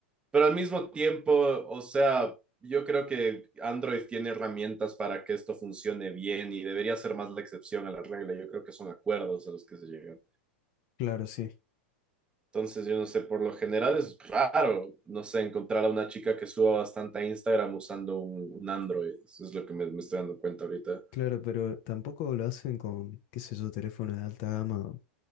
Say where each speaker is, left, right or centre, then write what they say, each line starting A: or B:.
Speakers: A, on the right; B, on the left.
A: Pero al mismo tiempo, o sea, yo creo que Android tiene herramientas para que esto funcione bien y debería ser más la excepción a la regla. Yo creo que son acuerdos a los que se llega.
B: claro, sí.
A: Entonces, yo no sé, por lo general es raro, no sé, encontrar a una chica que suba bastante a Instagram usando un, un Android. Eso es lo que me, me estoy dando cuenta ahorita.
B: Claro, pero tampoco lo hacen con, qué sé yo, teléfonos de alta gama